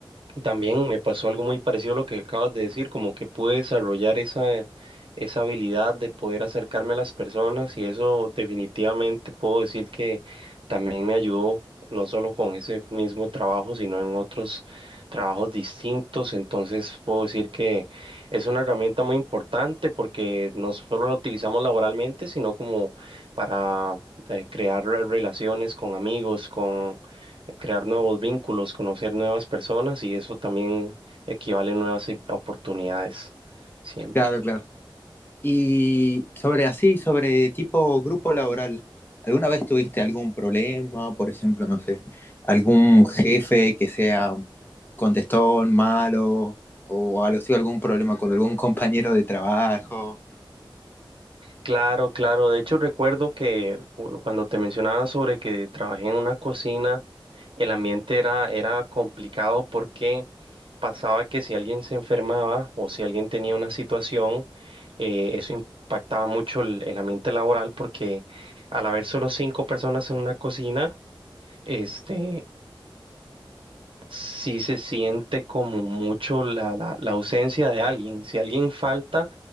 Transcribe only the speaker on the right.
también me pasó algo muy parecido a lo que acabas de decir, como que pude desarrollar esa, esa habilidad de poder acercarme a las personas y eso definitivamente puedo decir que también me ayudó, no solo con ese mismo trabajo, sino en otros trabajos distintos. Entonces puedo decir que es una herramienta muy importante porque no solo la utilizamos laboralmente, sino como para eh, crear re- relaciones con amigos, con crear nuevos vínculos, conocer nuevas personas y eso también equivale a nuevas i- oportunidades siempre.
Claro, claro. De hecho, recuerdo que cu- cuando te mencionaba sobre que trabajé en una cocina, el ambiente era, era complicado porque pasaba que si alguien se enfermaba o si alguien tenía una situación, eh, eso impactaba mucho el, el ambiente laboral porque al haber solo cinco personas en una cocina, este sí se siente como mucho la, la, la ausencia de alguien. Si alguien falta,